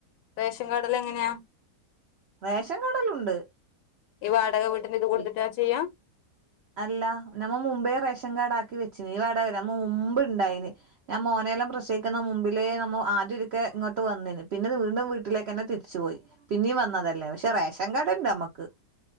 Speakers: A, on the left; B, on the right.
A: റേഷൻ കാർഡിലെങ്ങനെയാ
B: റേഷൻ കടലുണ്ട്.
A: ഇവ വാടക വീട്ടന് ഇത് കൊടുത്തിട്ടാ
B: ഇ-
A: ചെയ്യ.
B: അല്ല നമ്മ മുമ്പേ റേഷൻ കാർഡ് ആക്കി വെച്ചിന്ഈ വടകരെ മുമ്പ് ഇണ്ടായിന്. ഞാൻ മോനെല്ലാം പ്രസയിക്കുന്ന മുമ്പിലേ നമ്മ ആദ്യൊ രിക്കെ ഇങ്ങോട്ട് വന്നിന് പിന്നെ വീണ്ടും വീട്ടിലേക്ക് ന്നെ തിരിച്ചു പോയി. പിന്നീ വന്നതല്ലേ പക്ഷെ റേഷൻ കാർഡുണ്ട് നമ്മക്ക്.